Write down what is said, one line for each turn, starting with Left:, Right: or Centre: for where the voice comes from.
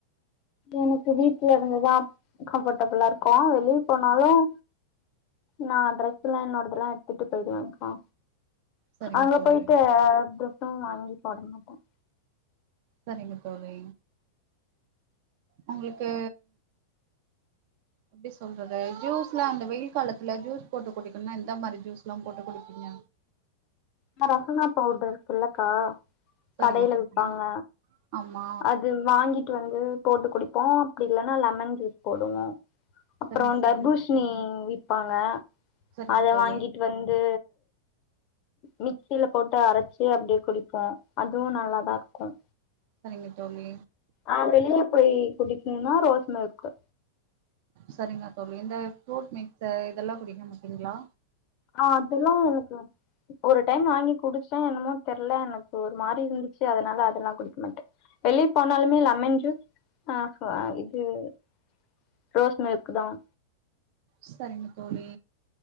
Left: எனக்கு வீட்ல இருந்துதான் கம்ஃபர்டபிளா இருக்கும் வெளிய போனாலும் நான் டிரெஸ்ல்லா என்னோடதெல்லாம் எடுத்துட்டு போயிடுவேங்க்கா
Right: சரிங்க
Left: அங்க
Right: தோழி
Left: போயிட்டு ட்ரெஸ்ஸும் வாங்கி போட மாட்டேன்
Right: சரிங்க தோழி உங்களுக்கு எப்டி சொல்றது ஜூஸ்ல அந்த வெயில் காலத்துல ஜூஸ் போட்டு குடிக்கணும்னா எந்த மாரி ஜூஸ்ல்லாம் போட்டு குடிப்பீங்க
Left: நா ரசனா பவுடர் இருக்குல்லக்கா
Right: சரிங்க
Left: கடேல
Right: தோழி
Left: விப்பாங்க
Right: ஆமா
Left: அது வாங்கிட் ங்கிட்டு வந்து போட்டு குடிப்போம் அப்டி இல்லன்னா லெமன் ஜூஸ் போடுவோம் அப்புறம்
Right: சரிங்க
Left: தர்பூஷ்ணி
Right: தோழி
Left: வி விப்பாங்க
Right: சரிங்க
Left: அத
Right: தோழி
Left: வாங்கிட்டு வந்து மிக்சில போட்டு அரச்சு அப்டியே குடிப்போம் அதுவும் நல்லாதான் இருக்கும்
Right: சரிங்க தோழி
Left: ஆஹ் வெளில போய் குடிக்கன்னுனா ரோஸ்மில்க்கு
Right: சரிங்க தோழி இந்த ஃப்ரூட் மிக்சர் இதெல்லாம் குடிக்க மாட்டீங்களா
Left: ஆஹ் அதெல்லாம் ஒரு டைம் வாங்கி குடிச்சேன் என்னமோ தெர்ல எனக்கு ஒரு மாரி இருந்துச்சு அதுல னால அதெல்லாம் குடிக்க மாட்டேன் வெளிய போனாலுமே லெமன் ஜூஸ் ஆஹ் ஹுவா இது து ரோஸ் மில்க்கு தான்
Right: சரிங்க தோழி